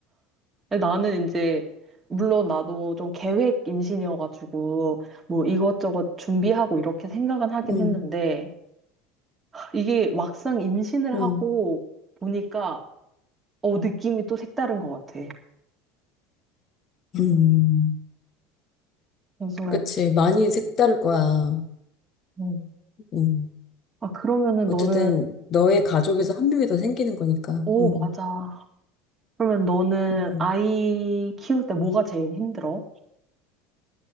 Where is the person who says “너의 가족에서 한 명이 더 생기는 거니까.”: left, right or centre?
Left